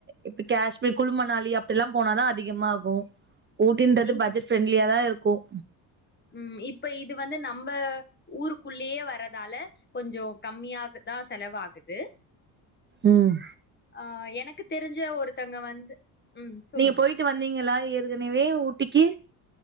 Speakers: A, on the right; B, on the left.
A: இப்ப காஷ்மீர் குழுமணாலி அப்டிலாம் போனாதான் அதிகமாகும் ஊட்டின்றது
B: ம்
A: பட்ஜெட் ஃப்ரெண்ட்லியா தான் இரு க்கும்
B: உம் இப்ப இது வந்து நம்ம ஊருக்குள்ளேயே வர்றதால கொஞ்சம் கம்மியாகத்தான் செலவாகுது
A: உம்
B: ஆன் எனக்கு தெரிஞ்ச ஒருத்தங்க வந்து உம் சொல்லுங்க
A: நீங்க போயிட்டு வந்தீங்களா ஏற்கனவே ஊட்டிக்கு